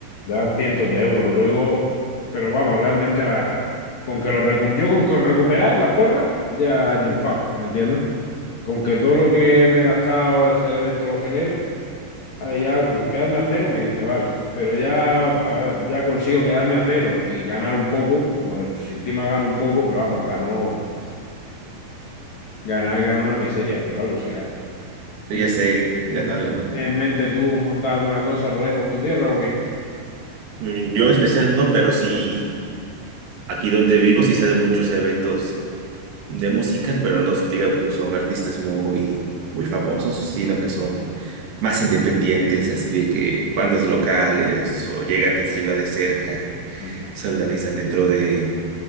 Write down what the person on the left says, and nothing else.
te dan cientos de euros. Luego, pero vamos, realmente la, con que lo recu- yo con, con recuperar las perras ya he triunfado, ¿me entiendes? Con que todo lo que me he gastado el, el evento lo genere, ahí ya con quedarme a cero me, me vale. Pero ya, a ver, ya consigo quedarme a cero y ganar un poco, pues si encima gano un poco, pero vamos, gano Ganar gana una miseria, pero algo se gana.
¿Y
tú
tienes
en mente tú montar alguna cosa por ahí por tu tierra o qué?
Mm,